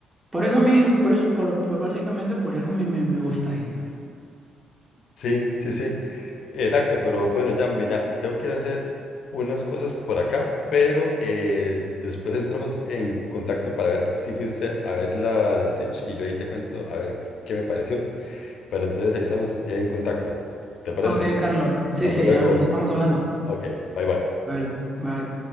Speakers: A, on the right; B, on the left.
A: Por eso a mí, por eso, por, por básicamente por eso a mí me, me gusta ir.
B: Sí, sí, sí. Exacto, pero bueno, ya mira, tengo que ir a hacer unas cosas por acá, pero eh, después entramos en contacto para ver si fuiste a ver la de Stitch y yo ahí te cuento a ver qué me pareció. Pero entonces ahí estamos en contacto. ¿Te parece?
A: Ok, Carlos. Sí,
B: Hasta
A: sí,
B: luego.
A: ya estamos hablando.
B: Ok, bye bye.
A: Vale, bye.